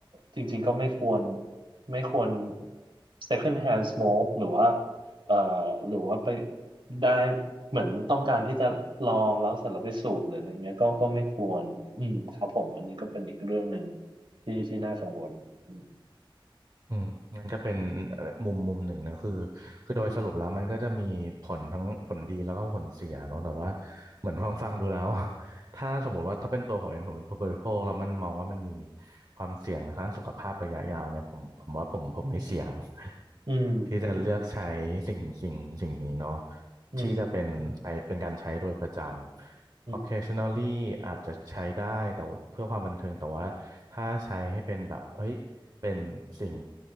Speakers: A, on the right; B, on the right.
A: จริงๆก็ไม่ควรไม่ควร second hand smoke หรือว่าเอ่อหรือว่าไปได้เหมือนต้องการที่จะลองแล้วเสร็จแล้วไปสูบหรืออะไรเงี้ยก็ก็ไม่ควรอืมครับผมอันนี้ก็เป็นอีกเรื่องหนึ่งที่ที่น่ากังวลอ
B: อืมมันก็เป็นเอ่อมุมมุมหนึ่งนะคือคือโดยสรุปแล้วมันก็จะมีผลทั้งผลดีแล้วก็ผลเสียเนาะแต่ว่า
A: ืม
B: เหมือนฟังฟังดูแล้ว <laughs> ถ้าสมมุติว่าถ้าเป็นตัวผมเองผมเป็นผู้บริโภคแล้วมันมองว่ามันมีความเสี่ยงทางด้านสุขภาพระยะยาวเนี่ยผมผมว่าผมผมไม่เสี่ยง <laughs>
A: อืม
B: ที่จะเลือกใช้สิ่งสิ่งสิ่งนี้เนาะ
A: อืม
B: ที่จะเป็นใช้เป็นการใช้โดยประจำ
A: อืมอืม
B: occasionally อาจจะใช้ได้แต่ว่าเพื่อความบันเทิงแต่ว่าถ้าใช้ให้เป็นแบบเอ้ย เป็นสิ่ง